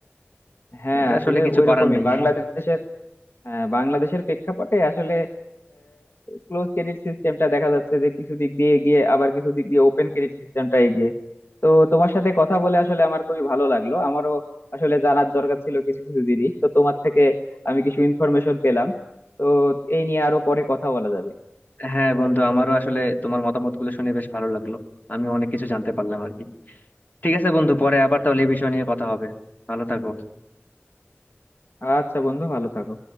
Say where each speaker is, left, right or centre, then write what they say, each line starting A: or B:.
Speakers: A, on the left (about 65°); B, on the left (about 40°).
A: হ্যাঁ
B: এটা
A: আসলে
B: আসলে কিছু
A: ওইরকমই
B: করার নাই
A: বাংলাদেশের আহ, বাংলাদেশের প্রেক্ষাপটে আসলে ক্লোজ ক্রেডিট সিস্টেমটা দেখা যাচ্ছে যে কিছু দিক দিয়ে এগিয়ে আবার কিছু দিক দিয়ে ওপেন ক্রেডিট সিস্টেমটা এগিয়ে তো তোমার সাথে কথা বলে আসলে আমার খুবই ভালো লাগলো আমারও আসলে জানার দরকার ছিল কিছু কিছু জিনিস তো তোমার থেকে আমি কিছু ইনফরমেশন পেলাম তো এই নিয়ে আরো পরে কথা বলা যাবে
B: হ্যাঁ বন্ধু আমারও আসলে তোমার মতামত গুলো শুনে বেশ ভালো লাগলো আমি অনেক কিছু জানতে পারলাম আর কি ঠিক আছে বন্ধু পরে আবার তাহলে এই বিষয় নিয়ে কথা হবে ভালো থাকো
A: আচ্ছা বন্ধু ভালো থাকো